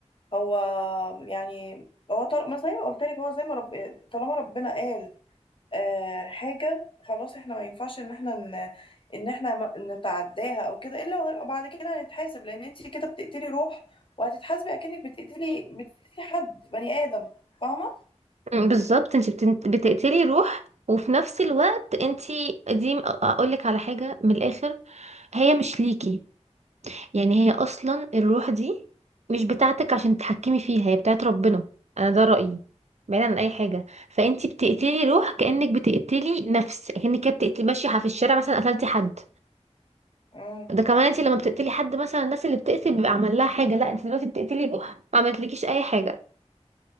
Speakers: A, on the left (about 45°); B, on the right (about 70°).
A: هو يعني هو طارق ما زي ما قلت لك هو زي ما رب... طالما ربنا قال آه، حاجة خلاص احنا ما ينفعش ان احنا ن... ان احنا ما- نتعداها او كده الا بعد كده هنتحاسب لان انت كده بتقتلي روح وهتتحاسبي اكنك بتقتلي بتقتلي حد بني ادم فاهمة؟
B: أمم، بالظبط انت بتن- بتقتلي روح وفي نفس الوقت انت دي اقول لك على حاجه من الاخر هي مش ليكي يعني هي اصلا الروح دي مش بتاعتك عشان تتحكمي فيها هي بتاعت ربنا انا ده رأيي بعيدا عن اي حاجه فانتي بتقتلي روح كأنك بتقتلي نفس كأنك كده بتقتلي ماشيه في الشارع مثلا قتلتي حد
A: امم
B: ده كمان انتي لما بتقتلي حد مثلا الناس اللي بتقتل بيبقى عمل لها حاجه لا انتي دلوقتي بتقتلي روح ما عملتلكيش اي حاجه